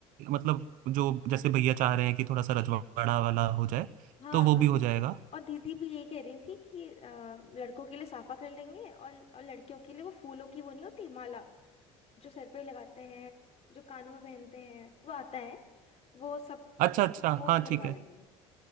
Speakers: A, on the right; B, on the left.
A: मतलब जो जैसे भैया चाह रहे हैं कि थोड़ा सा रजवाड़ा वाला हो जाए
B: हाँ
A: तो वो
B: हाँ
A: भी हो
B: हाँ
A: जाएगा
B: और दीदी भी ये कह रही थी कि अ, लड़कों के लिए साफा कर लेंगे और, और लड़कियों के लिए वो फूलों की वो नहीं होती माला जो सर पे लगाते हैं जो कानों में पहनते हैं वो आता है वो सब
A: अच्छा अच्छा
B: वो
A: हाँ
B: करवा
A: ठीक है
B: लेंगे